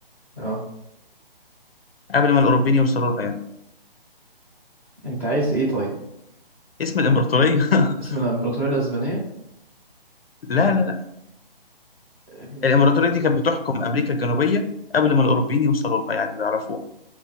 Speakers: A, in the centre; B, on the left (about 75°).
A: اه
B: قبل ما الأوروبيين يوصلوا لها يعني
A: انت عايز ايه طيب
B: اسم الإمبراطورية
A: يعني
B: <laughs>
A: اسم الإمبراطورية الأسبانية
B: لا لا لا
A: الإم-
B: الإمبراطورية دي كانت بتحكم أمريكا الجنوبية قبل ما الأوروبيين يوصلوا لها يعني بيعرفوها